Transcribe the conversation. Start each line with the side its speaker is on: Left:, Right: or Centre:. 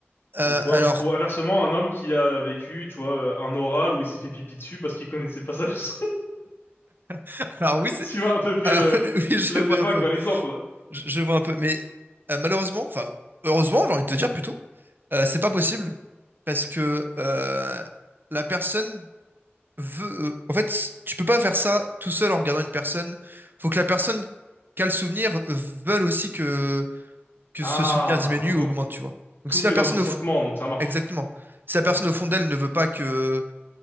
Right: Euh,
Left: ou tu vois,
Right: alors,
Left: ou inversement, un homme qui a vécu, tu vois, euh, un oral où il s'est fait pipi dessus parce qu'il connaissait pas ça. <laughs>
Right: <laughs> alors oui, c'est,
Left: Tu vois à peu près
Right: ah,
Left: le
Right: <laughs> oui, je
Left: le
Right: vois
Left: débat
Right: un peu.
Left: quoi, l'exemple.
Right: Je, je vois un peu, mais euh, malheureusement, enfin heureusement, j'ai envie de te dire plutôt, euh, c'est pas possible parce que euh, la personne veut. euh, en fait, tu peux pas faire ça tout seul en regardant une personne. Faut que la personne qui a le souvenir veuille aussi que que
Left: Ah,
Right: ce souvenir diminue
Left: donc
Right: ou augmente, tu vois. Donc
Left: Tout
Right: si la
Left: est
Right: personne
Left: dans le consentement,
Right: au fond,
Left: donc ça marche.
Right: exactement, si
Left: D'accord.
Right: la personne au fond d'elle ne veut pas que